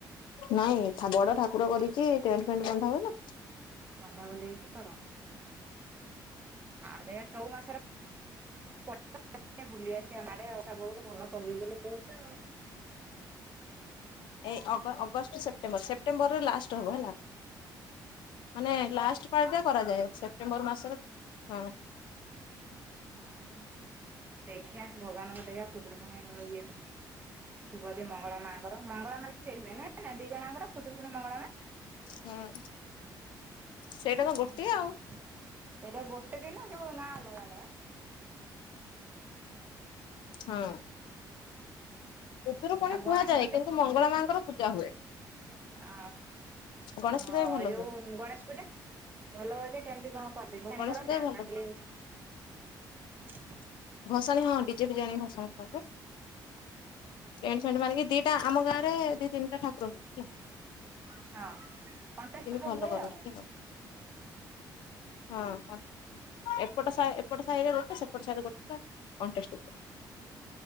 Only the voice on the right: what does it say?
ବନ୍ଧାବନ୍ଧି ହେଇକି କର? ଆଡେ କୋଉ ମାସରେ <unintelligible> ବୁଲିଆସିଆ ମାଡେ ଆଉ ଶ୍ରାବଣକୁ ଭଲ <unintelligible> ବୋଲି କହୁଛ ଆଉ।
ଓହୋ। ଦେଖିଆ ଭଗବାନଙ୍କ ଦୟା ଖୁଦରୁକୁଣୀ ବେଳ ଇଏକୁ ଥିବ ଯଦି ମଙ୍ଗଳା ମାଆଙ୍କର ମଙ୍ଗଳା ମାନେ ସେ ରୁହେ ନା ନା ଦିଜଣାଙ୍କର ଖୁଦୁରୁକୁଣୀ, ମଙ୍ଗଳାମା?
ସେଇଟା
ଗୋଟେ ଦିନ ଯୋଉ ନାଁ ଅଲଗା ଅଲଗା।
ଆଉ
ଗଣେଶ
ଆ
ହଁ
ଏ ଯୋଉ
ଗଣେଶ ପୂଜା, ଭଲ ହୁଏ ଯେ କେମତି କଣ <inaudible>
ହଁ କଣ୍ଟେଷ୍ଟେଡ
ହୁଏ
ଆଉ।